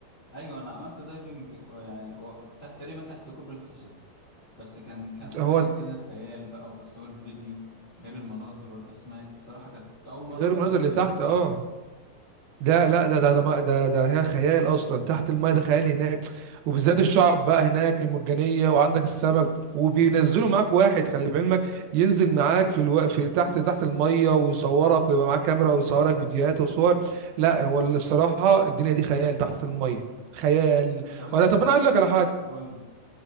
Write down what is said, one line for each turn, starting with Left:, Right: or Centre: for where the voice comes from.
Left: ايوه انا عملت دايفنج آه، يعني آه، تحت تقريبا تحت كوبري الخشب بس كان كان حاجة
Right: هو
Left: كده خيال بقى وتصوير فيديو غير المناظر والاسماك صراحة كانت اول مرة
Right: غير
Left: اجرب
Right: المناظر
Left: دايفنج
Right: اللي تحت
Left: اصلا
Right: اه ده لا ده ده ده ما- ده ده هي خيال اصلا تحت الماء ده خيال هناك وبالذات الشعب بقى هناك المرجانيه وعندك السمك وبينزلوا معاك واحد خلي بعلمك ينزل معاك في الو... في تحت تحت الميه ويصورك ويبقى معاك كاميرا ويصورك فيديوهات وصور لا هو الصراحه الدنيا دي خيال تحت الميه خيال
Left: طب انت
Right: وانا
Left: جربت
Right: طب انا اقول لك على حاجه
Left: قول لي